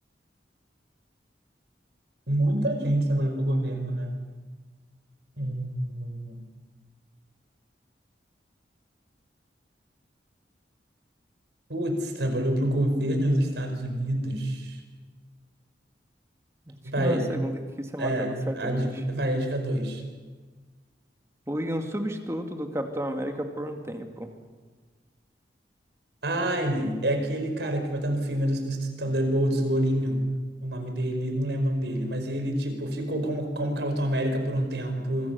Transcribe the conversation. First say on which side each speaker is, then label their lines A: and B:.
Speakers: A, on the right; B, on the right.
A: Muita gente trabalhou para o governo, né? Hum. Putz, trabalhou para o governo dos Estados Unidos.
B: Acho
A: Vai,
B: que na segunda aqui você
A: é,
B: matava certamente.
A: a, di- vai, a dica dois
B: Fui um substituto do Capitão América por um tempo.
A: Ai, é aquele cara que vai estar no filme dos, dos Thunderbolts, Lourinho. O nome dele, não lembro o nome dele, mas ele, tipo, ficou como, como Capitão América por um tempo.